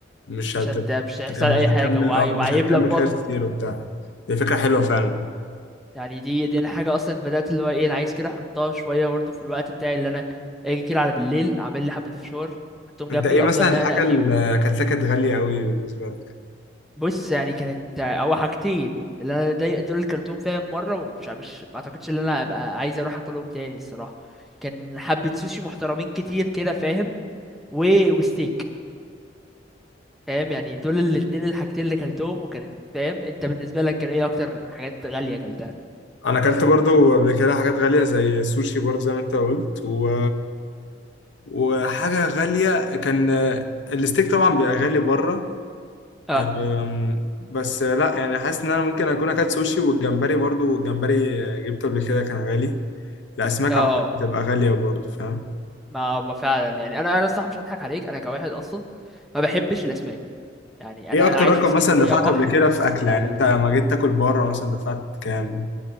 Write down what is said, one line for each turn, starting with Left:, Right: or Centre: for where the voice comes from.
Left: مش
Centre: مش
Left: هت-
Centre: هت
Left: مش
Centre: مش هيحصل
Left: هتكمل
Centre: اي
Left: مش
Centre: حاجه
Left: هتكمل
Centre: وعي...
Left: اه
Centre: وهيملى
Left: مش هتكمل
Centre: في بطنك
Left: كده كتير وبتاع دي فكره حلوه فعلا
Centre: يعني دي دي انا حاجه اصلا بدات اللي هو ايه انا عايز كده احطها شويه برضه في الوقت بتاعي اللي انا اجي كده على بالليل اعمل لي حبه فشار احطهم جنبي
Left: انت ايه مثلا
Centre: افضل انقنق
Left: الحاجه
Centre: فيهم
Left: اللي اكلتها كانت غاليه قوي بالنسبه لك
Centre: بص يعني كانت او حاجتين اللي انا دي- دول اللي كلتهم فيها مره ومش مش ما اعتقدش ان انا ابقى عايز اروح اكلهم تاني الصراحه كان حبه سوشي محترمين كتير كده فاهم و... وستيك فاهم يعني دول الاتنين الحاجتين اللي كلتهم وكانت فاهم انت بالنسبه لك كان ايه اكتر حاجات غاليه كلتها
Left: انا اكلت برضو قبل كده حاجات غاليه زي السوشي برضو زي ما انت قلت و... وحاجه غاليه كان الستيك طبعا بيبقى غالي بره
Centre: اه
Left: أم، بس لا يعني حاسس ان انا ممكن اكون اكلت سوشي والجمبري برضو الجمبري جبته قبل كده كان غالي الاسماك
Centre: اه
Left: عامه بتبقى غاليه برضو فاهم
Centre: ما هو فعلا يعني انا انا صح مش هضحك عليك انا كواحد اصلا ما بحبش الاسماك يعني
Left: ايه
Centre: انا
Left: اكتر
Centre: انا عايش
Left: رقم
Centre: في اسكندريه
Left: مثلا دفعته
Centre: بحر
Left: قبل كده
Centre: بس
Left: في اكله
Centre: لا
Left: يعني انت لما جيت تاكل بره مثلا دفعت كام